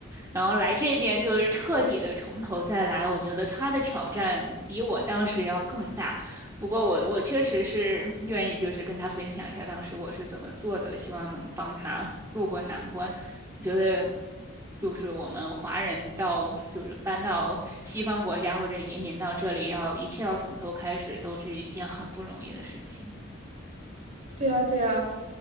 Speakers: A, on the right; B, on the right.
A: 然后来这边就是彻底的从头再来，我觉得他的挑战比我当时要更大。不过我我确实是 <laughs> 愿意，就是跟他分享一下当时我是怎么做的，希望能帮他渡过难关。我觉得就是我们华人到就是搬到西方国家或者移民到这里要，一切要从头开始，都是一件很不容易的事情。
B: 对啊，对啊，